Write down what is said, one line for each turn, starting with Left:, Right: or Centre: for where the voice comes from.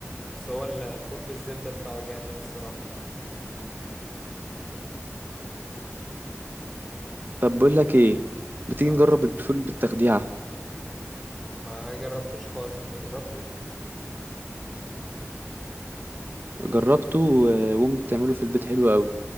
Centre: بس هو ال- الفول بالزبدة بتاعه جامد الصراحة
Right: طب بقول لك ايه ما تيجي
Centre: نعم
Right: نجرب الفول بالتخديعه
Centre: ما جربتوش خالص انت جربته
Right: جربته و- وامي بتعمله في البيت حلو قوي